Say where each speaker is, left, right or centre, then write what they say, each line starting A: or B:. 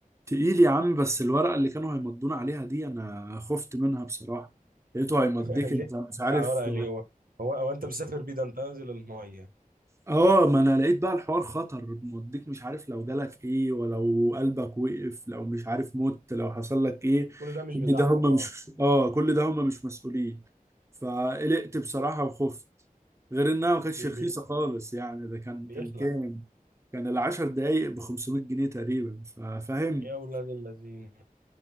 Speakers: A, on the right; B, on the right.
A: تقيل يا عم بس الورقه اللي كانوا هيمضونا عليها دي انا خفت منها بصراحه لقيته هيمضيك
B: <laughs> ليه
A: انت مش عارف
B: بيك على ورقه ليه هو هو هو انت مسافر بيه ده انت نازل الميه
A: اه ما انا لقيت بقى الحوار خطر موديك مش عارف لو جالك ايه ولو قلبك وقف لو مش عارف مت لو حصل لك ايه
B: كل ده مش
A: كل
B: بتاعهم
A: ده هم
B: اه
A: مش اه كل ده هم مش مسؤولين فقلقت بصراحة وخفت غير انها ما كانتش
B: بي
A: رخيصة
B: بي
A: خالص يعني ده كان
B: بيخلع
A: كان كام كان العشر دقايق ب 500 جنيه تقريبا ففاهم
B: يا اولاد الذين